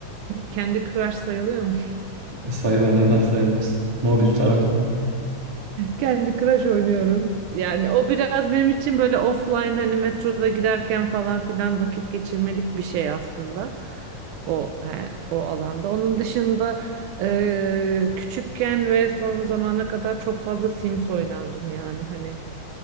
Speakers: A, on the right; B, on the right.
A: Kendi crush sayılıyor mu?
B: Sayılır neden sayılmaz? Mobil tarafta.
A: Kendi Crash oynuyorum. Yani o biraz benim için böyle offline hani metroda giderken falan filan vakit geçirmelik bir şey aslında. O he, o alanda. Onun dışında e, küçükken ve son zamana kadar çok fazla Sims oynardım yani hani